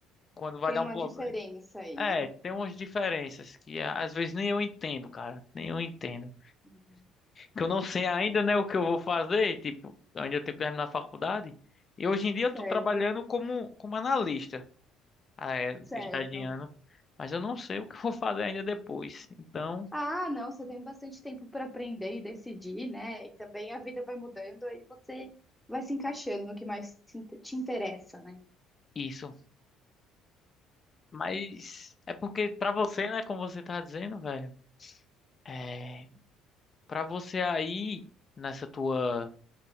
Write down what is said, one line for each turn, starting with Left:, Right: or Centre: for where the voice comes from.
Left: Quando vai
Centre: Tem
Left: dar
Centre: uma
Left: um problema.
Centre: diferença aí,
Left: É,
Centre: né?
Left: tem umas diferenças que a- às vezes nem eu entendo, cara. Nem eu entendo.
Centre: Uhum.
Left: Que eu não sei ainda, né, o que eu vou fazer, tipo, eu ainda tenho que terminar a faculdade. E hoje em dia
Centre: Certo,
Left: eu tô trabalhando como, como analista. ah, é,
Centre: certo.
Left: estagiando, mas eu não sei o que eu vou fazer ainda depois. Então,
Centre: Ah, não, você tem bastante tempo para aprender e decidir, né? E também a vida vai mudando, aí você vai se encaixando no que mais te inte- te interessa, né?
Left: isso. Mas é porque pra você, né, como você tá dizendo, velho, é, para você aí nessa tua